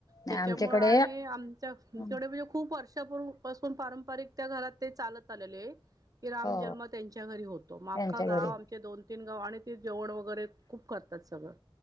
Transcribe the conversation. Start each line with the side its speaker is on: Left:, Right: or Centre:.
Left: नाही
Right: त्याच्या
Left: आमच्याकडे
Right: मूळे आणि आमच्या आमच्याकडे
Left: हं,
Right: म्हणजे खूप वर्षांपूर पासून पारंपरिक त्या घरात ते चालतं आलेले ये. की राम
Left: हो
Right: जन्म त्यांच्या घरी होतो. म आख्खा
Left: त्यांच्या
Right: गाव
Left: घरी.
Right: आमचे दोन तीन गाव आणि ते जेवण वगैरे खूप करतात सगळं,